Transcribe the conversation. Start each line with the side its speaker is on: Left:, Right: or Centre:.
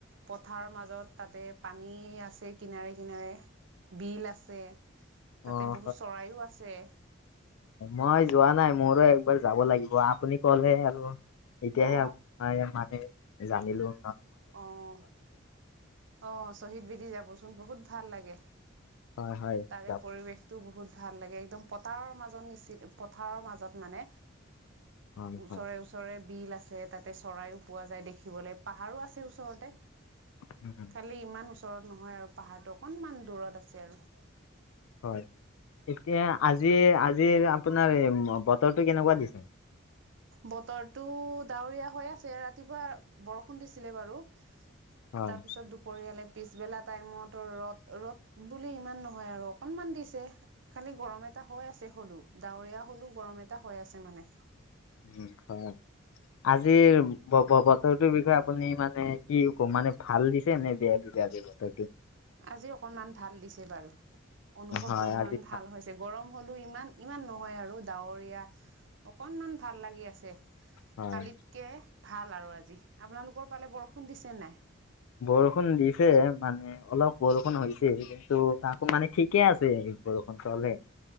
Right: পথা। ৰ মাজত তাতে পানী আছে কিনাৰে কিনাৰে। বিল আছে,
Left: অ,
Right: তাতে বহুত
Left: হয়
Right: চৰাইও আছে।
Left: মই যোৱা নাই, মোৰো একবাৰ যাব লাগিব। আপুনি ক'লে আৰু। এতিয়াহে,
Right: অ
Left: পাই মানে জানিলোঁ।
Right: অহ, অহ, শ্বহীদ বেদী যাব চোন বহুত ভাল লাগে।
Left: হয় হয়
Right: তাৰে
Left: যাম
Right: পৰিৱেশটো বহুত ভাল লাগ। একদম পতাৰৰ মাজত নিচি, পথাৰৰ মাজত মাজত মানে,
Left: হয়
Right: ওচৰে,
Left: হয়
Right: ওচৰে বিল আছে, তাতে চৰায়ো পোৱা যায় দেখিবলে, পাহাৰো আছে ওচৰতে।
Left: উম,
Right: খালী ইমান ওচৰত নহয় আৰু, পাহাৰটো অকনমান দূৰত আছে আৰু।
Left: হয়, এতিয়া আজি, আজিৰ আপোনাৰ বতৰটো কেনেকুৱা দিছে?
Right: বতৰটো ডাৱৰীয়া হৈ আছে, ৰাতিপুৱা বৰষুণ দিছিলে বাৰু। তাৰপিছত
Left: হয়।
Right: দুপৰীয়ালে পিছবেলা টাইমতো ৰ'দ, ৰ'দ বুলি ইমান নহয় আৰু অকনমান দিছে, খালী গৰমত <unintelligible> হৈ আছে হ'লেও, ডাৱৰীয়া হ'লেও গৰম এটা হৈ আছে মানে।
Left: উম, হয়, আজিৰ ব-ব-বতৰটোৰ বিষয়ে আপুনি মানে কি ক'ম? মানে ভাল দিছেনে বেয়া দিছে আজি বতৰ
Right: আজি অকনমান ভাল দিছে বাৰু। অনুভৱটো
Left: হয়
Right: অকনমান
Left: আজি
Right: ভাল হৈছে, গৰম হ'লেও ইমান, ইমান নহয় আৰু। ডাৱৰীয়া, অকনমান ভাল লাগি আছে।
Left: হয়।
Right: কালিতকে ভাল আৰু আজি, আপোনালোকৰ ফালে বৰষুণ দিছেনে নাই?
Left: বৰষুণ দিছে মানে অলপ বৰষুণ হৈছে, কিন্তু তাকো মানে ঠিকে আছে। বৰষুণ চলে